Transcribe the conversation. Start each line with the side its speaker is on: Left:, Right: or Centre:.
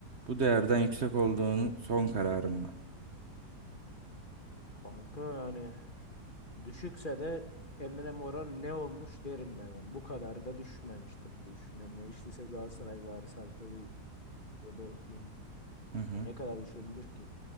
Right: bu değerden yüksek olduğunun son kararın mı?
Left: Kanka yani düşükse de Emre Mora ne olmuş derim ben yani. Bu kadar da düşmemiştir diye düşünüyorum. Ya işteyse Galatasaray var, Celta Vigo, Dortmund.
Right: Hı hı.
Left: Yani ne kadar düşebilir ki?